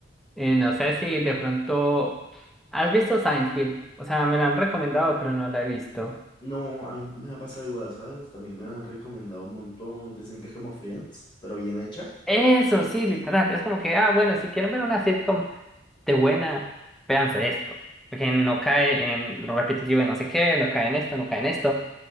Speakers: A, in the centre; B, on the left.
A: Eh, no sé si de pronto... ¿Has visto Seinfeld? O sea, me la han recomendado, pero no la he visto.
B: No, a mí me ha pasado igual, ¿sabes? También me lo han recomendado un montón. Dicen que es como Friends, pero bien hecha.
A: Eso, sí, literal. Es como que, ah, bueno, si quieren ver una sitcom... de buena, véanse esto. Porque no cae en lo repetitivo de no sé qué, no cae en esto, no cae en esto.